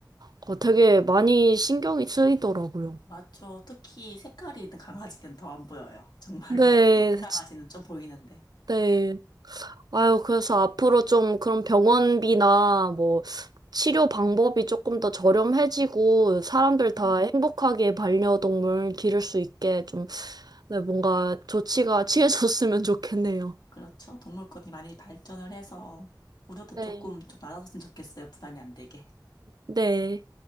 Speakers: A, on the right (about 60°); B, on the left (about 70°).
A: 어, 되게 많이 신경이 쓰이더라고요.
B: 맞죠. 특히 색깔이 있는 강아지는 더 안 보여요. 정말로.
A: 네,
B: <laughs> 흰색 강아지는
A: 지-
B: 좀 보이는데.
A: 네. 아유, 그래서 앞으로 좀 그런 병원비나 뭐 치료 방법이 조금 더 저렴해지고 사람들 다
B: 음,
A: 행복하게 반려동물 기를 수 있게 좀 네, 뭔가 조치가 <laughs> 취해졌으면 좋겠네요.
B: 그렇죠. 동물권이 많이 발전을 해서, 우리도
A: 네.
B: 조금 좀 낮아졌으면 좋겠어요. 부담이 안 되게.
A: 네.